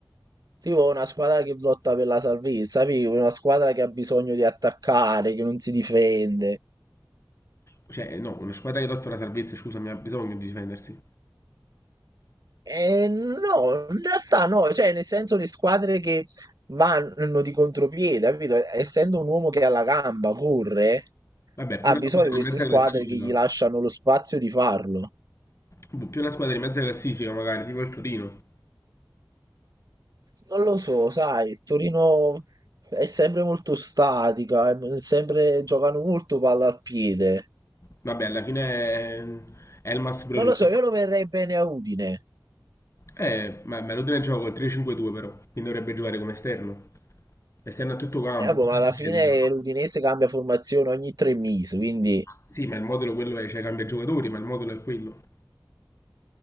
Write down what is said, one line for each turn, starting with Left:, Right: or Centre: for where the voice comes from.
Right: Tipo una squadra che lotta per la salvezza, capito? Una squadra che ha bisogno di attaccare, che non si difende.
Left: Cioè, no, una squadra che lotta per la salvezza, scusami, ha bisogno di difendersi.
Right: E no, in realtà no, cioè nel senso le squadre che vanno di contropiede, capito? Essendo un uomo che ha la gamba, corre,
Left: Vabbè, più
Right: ha
Left: una
Right: bisogno
Left: squadra
Right: di queste
Left: di mezza
Right: squadre
Left: classifica,
Right: che gli lasciano lo spazio di farlo.
Left: boh, più una squadra di mezza classifica magari, tipo il Torino.
Right: Non lo so, sai, il Torino è sempre molto statica, è sempre, giocano molto palla al piede.
Left: Vabbè, alla fine è Elmas pure
Right: Non
Left: lui.
Right: lo so, io lo verrei bene a Udine.
Left: Eh, ma Maradona gioca col 3-5-2 però, quindi dovrebbe giocare come esterno. Esterno a tutto campo,
Right: Eh, boh,
Left: cosa
Right: ma alla
Left: difendere?
Right: fine l'Udinese cambia formazione ogni tre mesi, quindi
Left: Sì, ma il modulo quello è, cioè cambia giocatori, ma il modulo è quello.